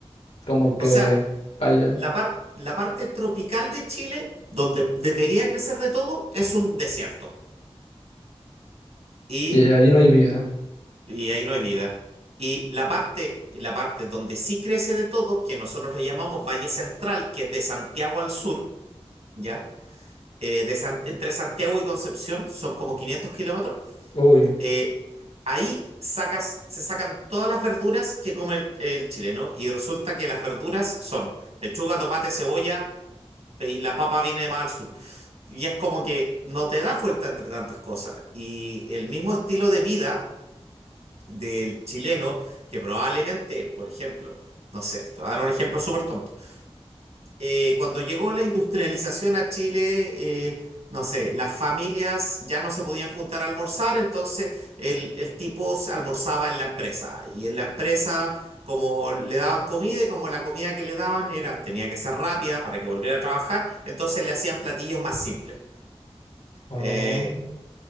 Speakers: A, on the left; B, on the right.
A: como que,
B: O sea,
A: vaya,
B: la par- la parte tropical de Chile, donde debería crecer de todo, es un desierto. Y,
A: y ahí no hay vida.
B: y ahí no hay vida. Y la parte, y la parte donde sí crece de todo, que nosotros lo llamamos Valle Central, que es de Santiago al sur, ¿ya? Eh, de San- entre Santiago y Concepción, son como 500 kilómetros.
A: Uy,
B: eh, ahí sacas, se sacan todas las verduras que come el, el chileno y resulta que las verduras son lechuga, tomate, cebolla y la papa viene de más al sur. Y es como que no te das vuelta entre tantas cosas. Y el mismo estilo de vida del chileno, que probablemente, por ejemplo, no sé, te voy a dar un ejemplo súper tonto eh, cuando llegó la industrialización a Chile, eh, no sé, las familias ya no se podían juntar a almorzar, entonces el, el tipo s- almorzaba en la empresa. Y en la empresa, como le daban comida y como la comida que le daban era, tenía que ser rápida para que volviera a trabajar, entonces le hacían platillos más simples.
A: Oh,
B: Eh,